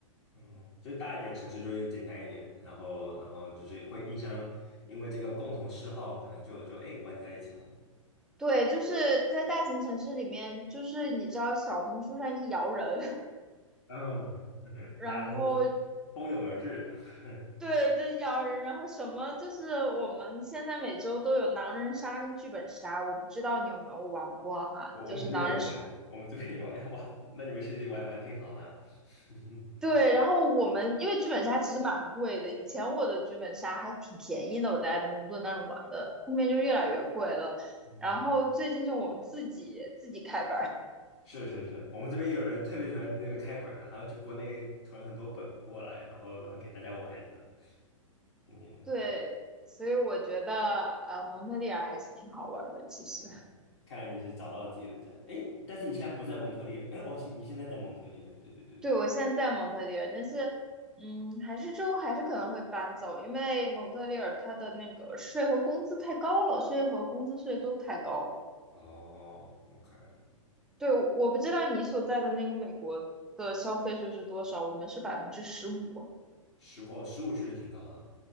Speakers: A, on the left; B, in the centre.
A: 嗯，就是大一点城市就会简单一点，然后然后就是会印象，因为这个共同嗜好，可能就就哎玩在一起了。
B: 对，就是在大型城市里面，就是你知道小红书上一摇人，
A: 嗯，
B: <laughs> 然后
A: 大家都蜂拥而至。<laughs>
B: 对，就咬人，然后什么就是我们现在每周都有狼人杀跟剧本杀，我不知道你有没有玩过哈，
A: 我我们这边也玩，
B: 就是狼人杀。
A: 我们这边也玩，<laughs> 哇，那你们其实也玩玩挺好的，<laughs>
B: 对，然后我们因为剧本杀其实蛮贵的，以前我的剧本杀还挺便宜的，我在埃德蒙顿那儿玩的，后面就越来越贵了。
A: 嗯，
B: 然后最近就我们自己自己开班儿
A: 是是是，我们这边也有人特别喜欢那个开本儿的，他要去国内囤很多本过来，然后然后给大家玩这样，挺厉害。
B: 对，所以我觉得呃蒙特利尔还是挺好玩儿的，其实。
A: 嗯，看来你是找到了自己的家。哎，但是你现在不在蒙特利尔，哎，哦，你你现在在蒙特利尔，对对对对。
B: 对，我现在在蒙特利尔，但是，嗯，还是之后还是可能会搬走，因为蒙特利尔它的那个税和工资太高了，税和工资税都太高了。
A: 哦，OK。
B: 对，我不知道你所在的那个美国的消费税是多少，我们是百分之十五。
A: 十哦，十五确实挺高的。